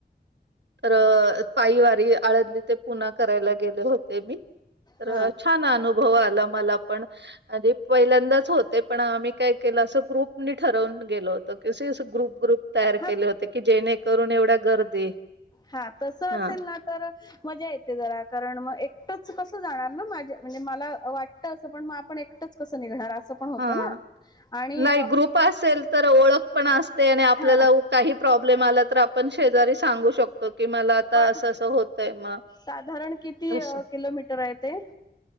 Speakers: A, on the right (about 80°); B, on the left (about 25°).
A: तर पायीवारी आळंदी ते पुना करायला गेले होते मी तर
B: हा
A: छान अनु भव आला मला पण पहिल्यांदाच हो पण आम्ही काय केलं अस ग्रुप ठरून गेलो होत क गुप ग्रुप तयार
B: हा
A: केले होते की जेणे करून एवढ्या गर्दी
B: हा तस असेल
A: हा
B: ना तर मजा येते जरा कारण मग एकटच कस जाणार म्हणजे मला वाटत अस पण म आपण एकटच कस निघणार अस पण होत
A: हा.
B: ना आणि
A: नाही ग्रुप असेल तर ओळख पण असते आणि
B: हा
A: आपल्याला काही प्रॉब्लेम आला तर आपण शेजारी सांगू शकतो की मला आता
B: पण
A: असं असं होतय मग
B: साधारण किती
A: असं.
B: किलोमीटर आहेत ते